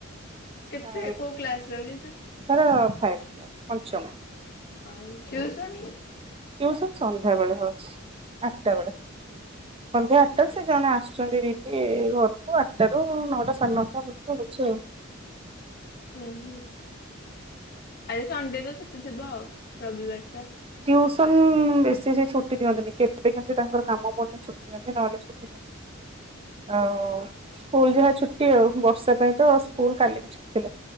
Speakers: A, on the left; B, on the right.
A: କେତେ
B: ଆଉ
A: କେଉ କ୍ଲାସ ର କି ସେ।
B: ତାର ଫାଇଭ କ୍ଲାସ୍ ପଞ୍ଚମ।
A: ଆଉ ଟିୟୂସନ।
B: ଟିଉସନ୍ ସନ୍ଧ୍ୟା ବେଳେ ହଉଛି। ଆଠଟା ବେଳେ। ସନ୍ଧ୍ୟା ଆଠଟାରୁ ସେ ଜଣେ ଆସୁଛନ୍ତି ଦିଦି ଘରକୁ ଆଠଟାରୁ ନଅଟା ସାଢ଼େ ନଅଟା ପର୍ଯନ୍ତ ହଉଛି ଆଉ।
A: ଉଁ ହୁଁ। ସଣ୍ଡେ ତ ଛୁଟି ଥିବ ଆଉ ରବିବାର ଟା।
B: ଟ୍ୟୁସନ ବେଶୀ ସେ ଛୁଟି ଦିଅନ୍ତିନି କେବେ କେମିତି ତାଙ୍କର କାମ ପଡିଲେ ଛୁଟି ଦିଅନ୍ତି ନହେଲେ ଛୁ ଆଉ ସ୍କୁଲ ଯାହା ଛୁଟି ଆଉ ବର୍ଷା ପାଇଁ ତ ସ୍କୁଲ କାଲି ବି ଛୁଟି ଥିଲା।